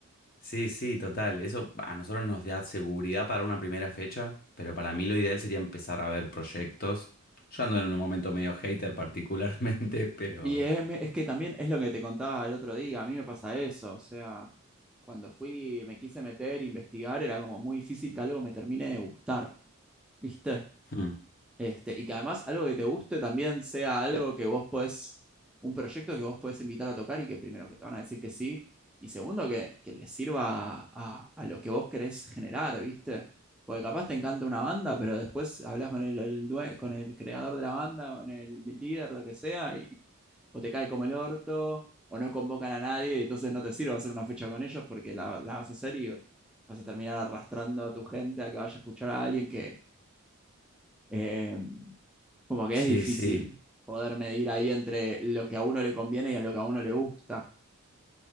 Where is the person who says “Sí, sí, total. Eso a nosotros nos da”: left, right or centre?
Left